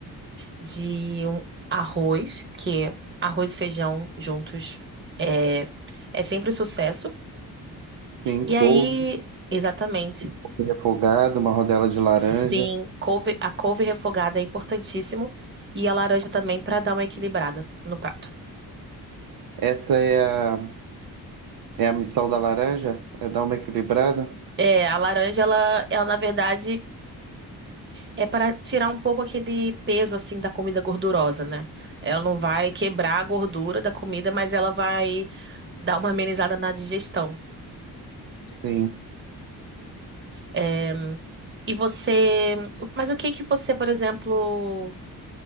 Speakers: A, on the right; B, on the right.
A: de um arroz, que arroz e feijão juntos é, é sempre um sucesso.
B: Tem
A: E
B: couve,
A: aí, exatamente,
B: couve refogada, uma rodela de laranja.
A: sim, couve- a couve refogada é importantíssimo e a laranja também para dar uma equilibrada no prato.
B: Essa é a, é a missão da laranja? É dar uma equilibrada?
A: É, a laranja, ela, ela na verdade é para tirar um pouco aquele peso assim da comida gordurosa, né? Ela não vai quebrar a gordura da comida, mas ela vai dar uma amenizada na digestão.
B: Sim.
A: Em, e você, mas o que que você, por exemplo, o